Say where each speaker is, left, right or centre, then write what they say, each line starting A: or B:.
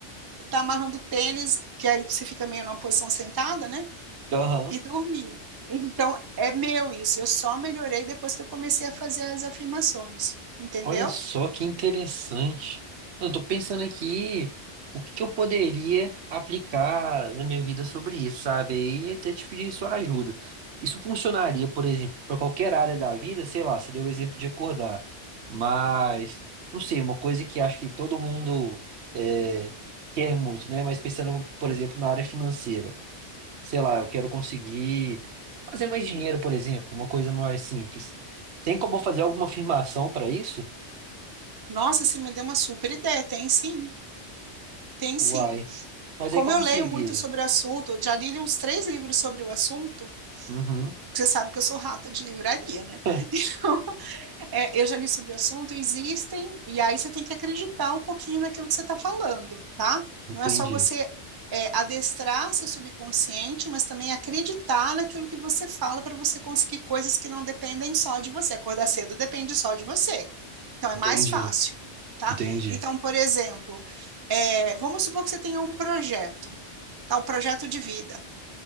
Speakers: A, on the right (about 25°); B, on the right (about 70°).
A: estar amarrando o tênis, que aí você fica meio numa posição sentada, né?
B: Uhum.
A: e dormi. Então, é meu isso. Eu só melhorei depois que eu comecei a fazer as afirmações, entendeu?
B: Olha só que interessante. Eu tô pensando aqui o que que eu poderia aplicar na minha vida sobre isso, sabe? E até te pedir sua ajuda. Isso funcionaria, por exemplo, para qualquer área da vida, sei lá, você deu o exemplo de acordar. Mas, não sei, uma coisa que acho que todo mundo é, quer muito, né? Mas pensando, por exemplo, na área financeira. Sei lá, eu quero conseguir fazer mais dinheiro, por exemplo, uma coisa mais simples. Tem como eu fazer alguma afirmação para isso?
A: Nossa, você me deu uma super ideia. Tem sim, tem
B: Uai.
A: sim.
B: Mas
A: Como
B: aí como
A: eu leio
B: seria?
A: muito sobre o assunto, eu já li uns três livros sobre o assunto.
B: Uhum.
A: Você sabe que eu sou rata de livraria, né?
B: <laughs>
A: <laughs> É, eu já li sobre o assunto, existem, e aí você tem que acreditar um pouquinho naquilo que você está falando, tá?
B: Entendi,
A: Não é só você é, adestrar seu subconsciente, mas também acreditar naquilo que você fala para você conseguir coisas que não dependem só de você. Acordar cedo depende só de você, então é
B: entendi,
A: mais fácil, tá?
B: entendi.
A: Então, por exemplo, é, vamos supor que você tenha um projeto, tá? Um projeto de vida.